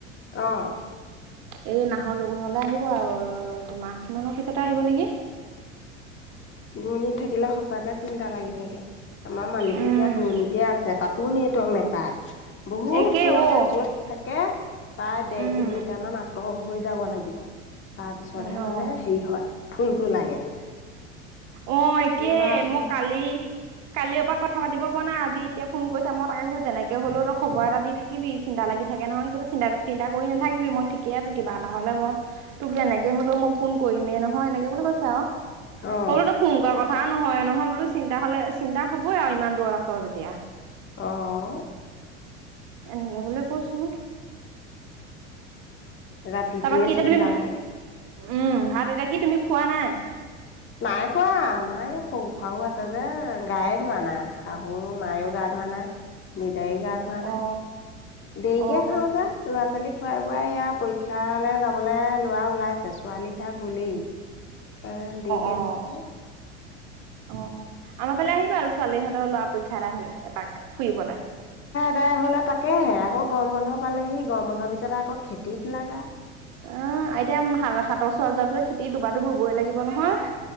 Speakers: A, on the left; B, on the right.
A: আহ
B: এই নাহৰ লগুণলে আহিব আৰু দুমাহ মানৰ পিছতে আহিব নেকি
A: দূণিত থাকিলে সঁচাকে চিন্তা লাগি থাকে আমাৰ মালিকো
B: উম
A: সে দূৰণিতেয় আছে তাতো নেটৱক নোপায় বহুত
B: একে
A: খুব দূৰলে
B: অ
A: য'ত থাকে প্ৰায় দেেৰ
B: উম
A: কিলোমিটাৰ মান আঁতৰ হৈ যাব লাগিব তাৰ পিছতহে
B: উম
A: মানে
B: অ
A: হেৰি হয় ফুলটো লাগে
B: অ একেই
A: কোনোবা সময়
B: মই কালি কালিৰ পৰা কথা পাতি পৰা নাইজ এতিয়া ফোন কৰিা মই তাকে কৈছো যেনেকে হলেও ত খবৰ এটা দি থাকিবি চিন্তা লাগি থাকে থাকে নহয় সেই চিন্তা তিন্তা কৰি নাথাকিবি মই ঠিকে আছো কিবা এটা হ'লে মই তোক যেনেকে হ'লেও মই ফোন কৰি মে নহয় এনেকে বুলি কৈছে আৰু
A: অ',
B: বোলো তই ফোন কৰ কথা নহয় নহয় বোলো চিন্তা হলে চিন্তা হ'ই আৰু ইমান দূৰ আছ তেতিয়া
A: আহঁ
B: এনেকে বোলে কৈছো
A: ৰাতিটোয়ে
B: তাৰপা কি এতিয়া
A: চিন্তা
B: তুমি
A: লাগে
B: উম ভাত এতিয়া কি তুমি খোৱা নাই
A: নাই খোৱা আমাৰ এই শহু শাহু আছে যে গায়ে ধোৱা না শাহু মায়ও গা ধোৱা মানে দিদাৰ গা ধোৱা নাই
B: অ'
A: দেৰিকে
B: অ'
A: খাওঁ যা ল'ৰা ছোৱালী খুৱাই বোৱাই ইয়া পৰীক্ষা তালে যাবলে লৰা ওলাইছে ছোৱালী সেয়া গলেই। অ দিিকে
B: অ' অ'
A: খাওঁতো
B: অ আমাৰ ফালে আহিবা আৰু ছোৱালীহঁতৰ লৰা পৰীক্ষা এটা হলে এপাক ফুৰিবলৈ
A: দাই হলে তাকেহে আকৌ গৰ বন্ুধৰ পালেহি গৰম বন্ধহৰ পিছতে আকৌ খেতিত লগাগা
B: অ এতিয়া হাতৰ চোৱা যোৱাৰ পিছত খেতি দুবা দুব ৰুবই লাগিব নহয়।